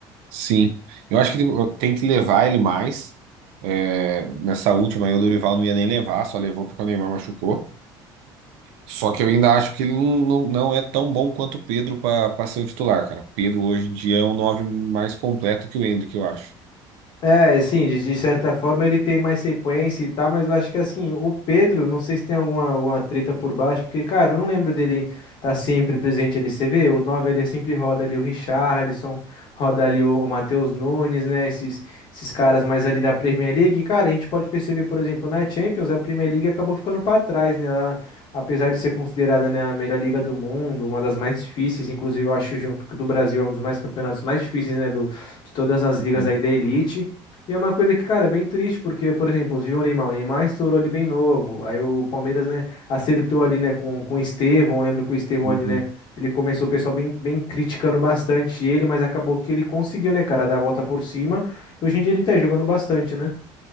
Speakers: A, on the right; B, on the left.
A: Sim, eu acho que ele- tem que levar ele mais. É, nessa última aí, o Dorival não ia nem levar, só levou porque o Neymar machucou. Só que eu ainda acho que ele não, não, não é tão bom quanto o Pedro para ser o titular, cara. O Pedro hoje em dia é um nove mais completo que o Endrick, eu acho.
B: É, assim, de, de certa forma ele tem mais sequência e tal, mas eu acho que assim, o Pedro, não sei se tem alguma, alguma treta por baixo, porque, cara, eu não lembro dele tá sempre presente ali. Você vê, o 9 ele sempre roda ali o Richarlison, roda ali o, o Matheus Nunes, né? Esses, esses caras mais ali da Premier League. E, Cara, a gente pode perceber, por exemplo, na Champions, a Premier League acabou ficando pra trás, né? Ela, apesar de ser considerada, né, a melhor liga do mundo, uma das mais difíceis, inclusive eu acho junto que o do Brasil é um dos mais campeonatos mais difíceis, né? Do, de todas as
A: Uhum,
B: ligas aí da elite. E é uma coisa que, cara, é bem triste, porque, por exemplo, você viu o Neymar, o Neymar estourou ali bem novo, aí o Palmeiras, né, acertou ali, né, com, com o Estevão, eu lembro que o Estevão
A: uhum.
B: ali, né, ele começou o pessoal bem, bem criticando bastante ele, mas acabou que ele conseguiu, né, cara, dar a volta por cima, e hoje em dia ele tá jogando bastante, né?